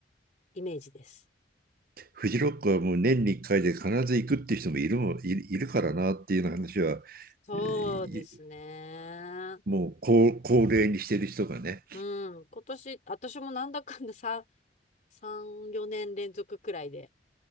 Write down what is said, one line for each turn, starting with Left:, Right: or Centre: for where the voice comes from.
Left: イメージです。
Right: フジロックはもう年に1回で必ず行くっていう人もいるもいいるからなっていうような話は、
Left: そうですね。
Right: えーもう高高齢にしてる人がね。
Left: うん。今年、私もなんだかんだ3、3、4年連続くらいで